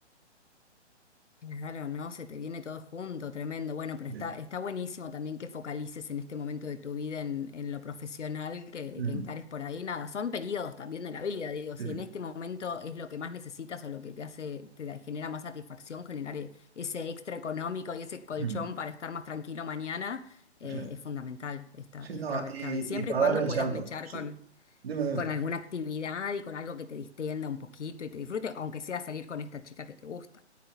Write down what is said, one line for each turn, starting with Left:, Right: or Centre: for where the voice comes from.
Left: Claro, no, se te viene todo junto, tremendo. Bueno, pero
Right: Sí,
Left: está, está buenísimo también que focalices en este momento de tu vida en, en lo profesional que,
Right: mm,
Left: que encares por ahí. Nada, son periodos también de la vida, digo, si
Right: sí,
Left: en este momento es lo que más necesitas o lo que te hace, te da- genera más satisfacción, generar e- ese extra económico y ese colchón
Right: mm,
Left: para estar más tranquilo mañana, eh,
Right: sí.
Left: es fundamental, está,
Right: Sí,
Left: es
Right: no,
Left: clave, es
Right: y,
Left: clave. Siempre
Right: y para
Left: y cuando
Right: dar el
Left: puedas
Right: salto.
Left: mechar
Right: Sí.
Left: con,
Right: Dime, dime.
Left: con alguna actividad y con algo que te distienda un poquito y te disfrute, aunque sea salir con esta chica que te gusta.